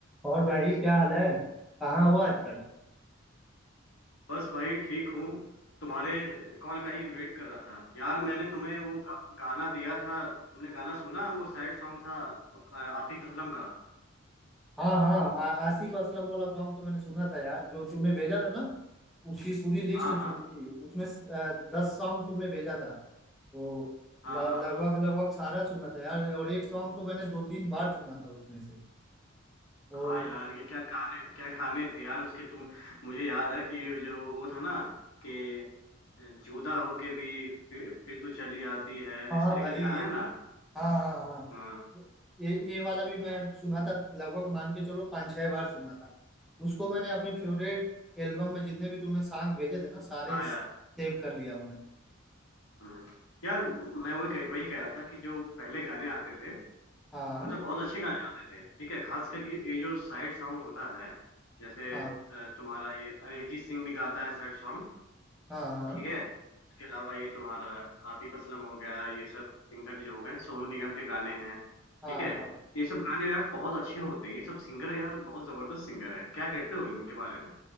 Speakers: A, in the centre; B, on the left (about 80°).
A: और भाई क्या हाल है कहाँ हो आजकल
B: बस भाई ठीक हूँ तुम्हारे कॉल का ही वेट कर रहा था यार मैंने तुम्हें वो गा, गाना दिया था तुमने गाना सुना वो सैड सॉन्ग था अ, आतिफ असलम का
A: हाँ हाँ आ, आसिफ असलम वाला सॉन्ग तो मैंने सुना था यार जो तूने भेजा था ना उसकी पूरी लिस्ट
B: हाँ हाँ
A: सुनी थी उसमें स- अ, दस सॉन्ग तुमने भेजा था तो
B: हाँ
A: ल-
B: हाँ
A: लगभग
B: हाँ
A: लगभग सारा सुना था यार और एक सॉन्ग तो मैंने दो तीन बार सुना था उसमें से तो
B: हाँ यार ये क्या गाने क्या गाने थे यार उसके तुम मुझे याद है कि जो वो था ना कि जुदा होके भी फिर, फिर तू चली आती है
A: हाँ
B: इस तरीके
A: भाई
B: से गाना
A: ये
B: है ना
A: हाँ हाँ हाँ
B: हाँ
A: ये ये वाला भी मैं सुना था लगभग मान के चलो पाँच छह बार सुना था उसको मैंने अपने फेवरेट एल्बम में जितने भी तुमने सॉन्ग भेजे थे ना सारे
B: हाँ
A: सेव
B: यार
A: कर लिया हूँ मैं
B: हम्म। यार मैं वही कह- वही कह रहा था कि जो पहले गाने आते थे
A: हाँ
B: मतलब बहुत अच्छे गाने आते थे ठीक है खासकर ये ये जो सैड सॉन्ग होता है जैसे
A: हाँ
B: अ, तुम्हारा ये अरिजीत सिंह भी गाता है सैड सॉन्ग
A: हाँ हाँ
B: ठीक है उसके अलावा ये तुम्हारा आतिफ असलम हो गया ये सब सिंगर जो हो गए सोनू निगम के गाने हैं ठीक
A: हाँ
B: है
A: हाँ
B: ये सब गाने यार बहुत अच्छे होते हैं ये सब सिंगर यार बहुत जबरदस्त सिंगर है क्या कहते हो इनके बारे में